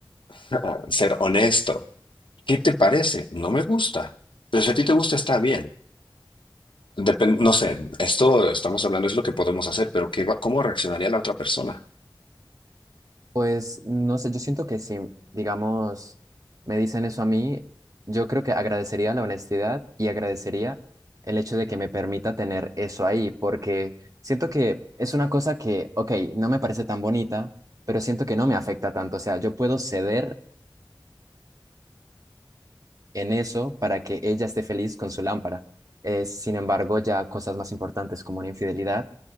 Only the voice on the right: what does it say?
Pues no sé, yo siento que si, digamos, me dicen eso a mí, yo creo que agradecería la honestidad y agradecería el hecho de que me permita tener eso ahí, porque siento que es una cosa que, ok, no me parece tan bonita, pero siento que no me afecta tanto. O sea, yo puedo ceder en eso para que ella esté feliz con su lámpara. Eh, sin embargo, ya cosas más importantes como una infidelidad,